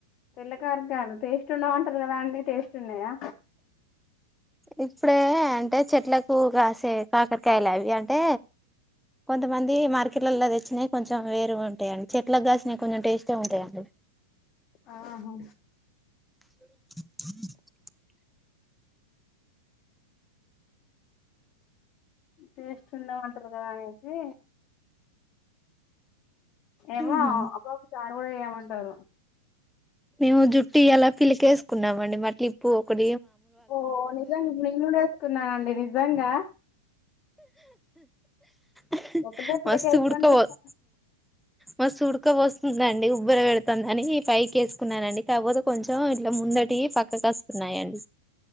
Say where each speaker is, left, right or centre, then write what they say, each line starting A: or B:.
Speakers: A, on the left; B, in the centre.
A: తెల్లకాకరకాయలు టేస్ట్ ఉండవ్ అంటారు కదా అండి టేస్ట్ ఉన్నాయా
B: ఇప్పుడే ఏ అంటే చెట్లకు కాసే కాకరకాయలు అవి అంటే కొంతమంది మార్కెట్లలో తెచ్చినాయి కొంచెం వేరు ఉంటాయండి చెట్ ట్లకు కాసినాయ్ కొంచెం టేస్ట్గా ఉంటాయండి
A: ఆహా
B: హ
A: టేస్ట్ ఉండవంటారు కదా అనేసి ఏమో
B: ఉహు
A: ఒకక్కసారి. గూడా ఏమంటారో.
B: ఏమో జుట్టు ఇయ్యాల పిలకేస్. కున్నామండి మతీ పోగొట్.
A: ఓ నిజం నేనుకూడా వేట్కున్నాండి. నిజంగా.
B: ఆహా
A: ఒకటే పిడక
B: మస్తు
A: వేసుకొని
B: ఉడ్కోవత్
A: చూసుకున్నా
B: మస్తు ఉడ్. ఉక్క పోస్తుందండి ఉబ్బపెడుతుందని పైకేసుకున్ననండి కాకపోతే కొంచెం ఇట్లా ముందటి పక్కకొస్తునయండి.